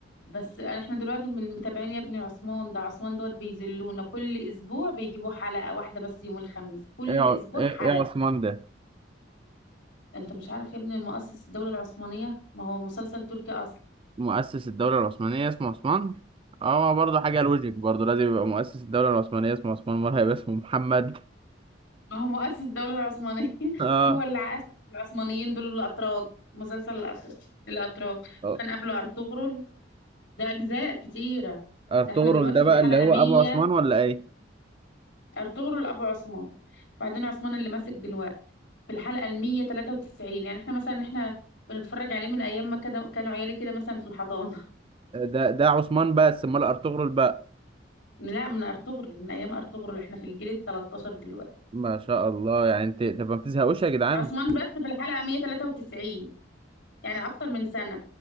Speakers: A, on the left; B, on the right.
A: بس احنا دلوقتي من متابعين يا ابني عثمان ده عثمان دوت بيذلونا كل اسبوع بيجيبوا حلقة واحدة بس يوم الخميس كل
B: ايه ع-
A: اسبوع
B: ايه
A: حلقة
B: إيه يا عثمان ده
A: انت مش عارف يا ابني المؤسس الدولة العثمانية ما هو مسلسل تركي اصلا
B: مؤسس الدولة العثمانية اسمه عثمان اه برضه حاجة لوجيك برضه لازم يبقى مؤسس الدولة العثمانية اسمه عثمان مرة هيبقى اسمه محمد
A: ما هو مؤسس الدولة العثمانية
B: <laughs>
A: <laughs>
B: اه
A: هو اللي عاش العثمانيين دول الاتراك مسلسل الاتراك الاتراك
B: آه.
A: كان قبله ارطغرل ده اجزاء كتيرة
B: ارطغرل
A: ده احنا دلوقتي
B: ده
A: في
B: بقى
A: الحلقة
B: اللي هو
A: 100
B: ابو عثمان ولا ايه
A: ارطغرل ابو عثمان بعدين عثمان اللي ماسك دلوقتي في الحلقة المية تلاتة وتسعين يعني احنا مثلا احنا بنتفرج عليه من ايام ما كده كانوا عيالي كده مثلا في الحضانة
B: ده ده عثمان بس امال ارطغرل بقى
A: <laughs> لا من ارطغرل من ايام ارطغرل احنا في الجيل التلتاشر دلوقتي
B: ما شاء الله يعني انت طب ما بتزهقوش يا جدعان
A: عثمان بس في الحلقة مية تلاتة وتسعين يعني اكتر من سنة